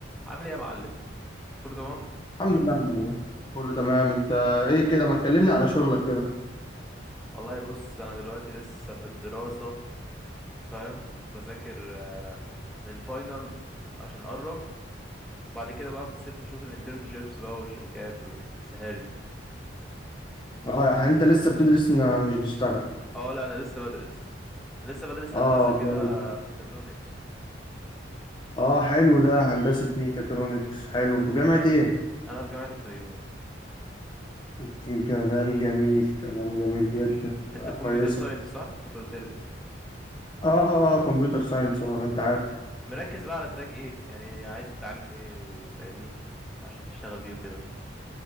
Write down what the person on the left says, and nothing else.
الحمد لله يا معلم. كله تمام انت ايه كده ما تكلمني على شغلك كده
اه يعني انت لسه بتدرس ما مش بتشتغل
اه
جميل.
اه حلو ده هندسة ميكاترونكس حلو في جامعة ايه
ك- كلام جميل كلام جميل جدا آه،
كويسة
اه اه اه، كمبيوتر ساينس اه ما انت عارف